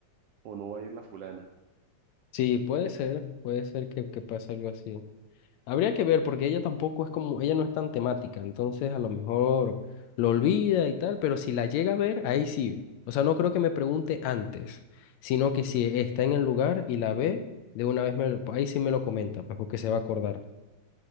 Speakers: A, on the right; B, on the left.
A: o no va a ir la fulana.
B: Sí, puede ser, puede ser que, que pase algo así. Habría que ver, porque ella tampoco es como, ella no es tan temática, entonces a lo mejor lo olvida y tal, pero si la llega a ver, ahí sí. O sea, no creo que me pregunte antes, sino que si está en el lugar y la ve, de una vez me lo, ahí sí me lo comenta, pues porque se va a acordar.